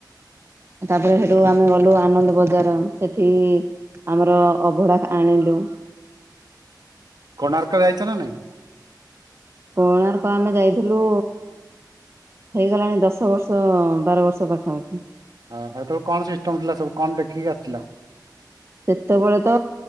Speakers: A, on the right (about 35°); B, on the right (about 60°).
A: ତାରେ ହେଠୁ ଆମେ ଗଲୁ ଆନନ୍ଦ ବଜାର, ସେଠି ଆମର ଅଭଢ଼ା ଆଣିଲୁ।
B: କୋଣାର୍କ ଯାଇଛ ନା ନାଇଁ?
A: କୋଣାର୍କ ଆମେ ଯାଇଥିଲୁ ହେଇଗଲାଣି ଦଶ ବର୍ଷ ବାର ବର୍ଷ ପାଖାପାଖି।
B: ହଉ ହେଟୁ କଣ ସିଷ୍ଟମ୍ ଥିଲା ସବୁ କଣ ଦେଖିକି ଆସିଥିଲ?
A: ସେତେବେଳେ ତ